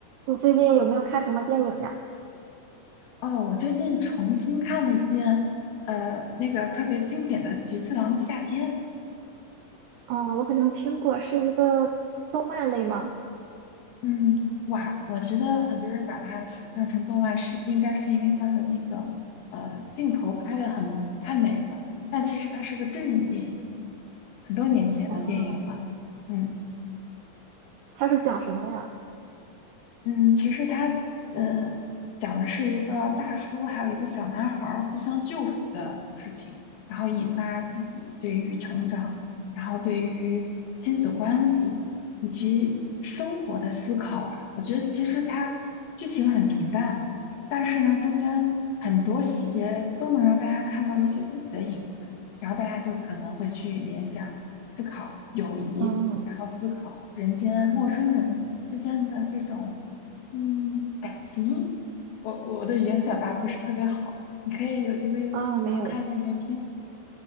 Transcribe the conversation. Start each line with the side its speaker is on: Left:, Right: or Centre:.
Right: 你最近有没有看什么电影呀？
Left: 哦，我最近重新看了一遍，呃，那个特别经典的《菊次郎的夏天》。
Right: 嗯，我好像听过，是一个动漫类吗？
Left: 嗯，哇，我觉得很多人把它想象成动漫是，应该是因为它的那个呃镜头拍的很太美了，但其实它是个真人电影，很多年前的电影了。
Right: 哦，
Left: 嗯。
Right: 它是讲什么的呀？
Left: 嗯，其实他呃讲的是一个大叔还有一个小男孩儿互相救赎的事情，然后引发自己对于成长，然后对于亲子关系以及生活的思考吧。我觉得其实它剧情很平淡，但是呢中间很多细节都能让大家看到一些自己的影子，然后大家就可能会去联想、思考友谊，
Right: 嗯
Left: 然后思考人间陌生人之间的这种。嗯，感情，我我的语言表达不是特别好，你可以有机会然后看一下原片，
Right: 啊，没有。